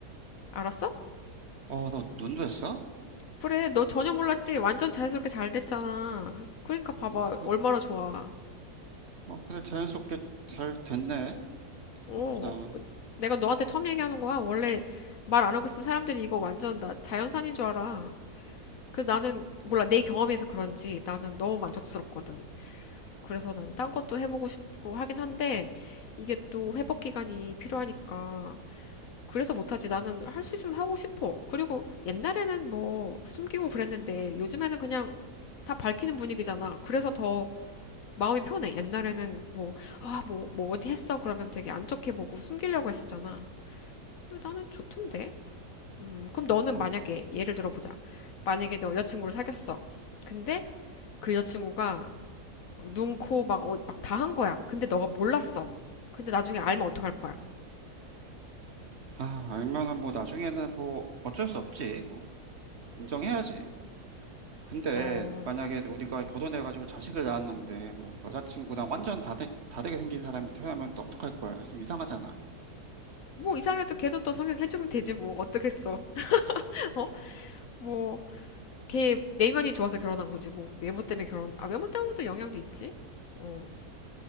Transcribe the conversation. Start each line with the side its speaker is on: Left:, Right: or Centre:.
Left: 알았어?
Right: 어, 너 눈도 했어?
Left: 그래. 너 전혀 몰랐지? 완전 자연스럽게 잘 됐잖아. 그러니까 봐봐.
Right: 어, 그,
Left: 얼마나 좋아.
Right: 어, 그래. 자연스럽게 잘 됐네.
Left: 어,
Right: 그렇구나.
Left: 내가 너한테 처음 얘기하는 거야. 원래 말 안 하고 있으면 사람들이 이거 완전 나 자연산인 줄 알아. 그 나는 몰라 내 경험에서 그런지 나는 너무 만족스럽거든. 그래서 난 딴 것도 해보고 싶고 하긴 한데 이게 또 회복 기간이 필요하니까 그래서 못하지. 나는 할 수 있으면 하고 싶어. 그리고 옛날에는 뭐 숨기고 그랬는데 요즘에는 그냥 다 밝히는 분위기잖아. 그래서 더 마음이 편해. 옛날에는 뭐, 아, 뭐, 뭐 어디 했어? 그러면 되게 안 좋게 보고 숨기려고 했었잖아. 근데 나는 좋던데? 음, 그럼 너는
Right: 어,
Left: 만약에 예를 들어보자. 만약에 너 여자친구를 사귀었어. 근데 그 여자친구가 막 눈, 코, 막, 어, 막다 한 거야. 근데 너가 몰랐어. 근데 나중에 알면 어떡할 거야?
Right: 아, 알면은 뭐 나중에는 뭐 어쩔 수 없지. 뭐 인정해야지. 근데
Left: 어,
Right: 만약에 우리가 결혼해가지고 자식을 낳았는데 뭐 여자친구랑 완전 다르, 다르게 생긴 사람이 태어나면 또 어떡할 거야. 좀 이상하잖아.
Left: 뭐 이상해도 걔도 또 성형해주면 되지 뭐 어떡했어? <laughs> 어? 뭐, 걔 내면이 좋아서 결혼한 거지. 뭐 외모 때문에 결혼, 아 외모 때문에도 영향도 있지. 어,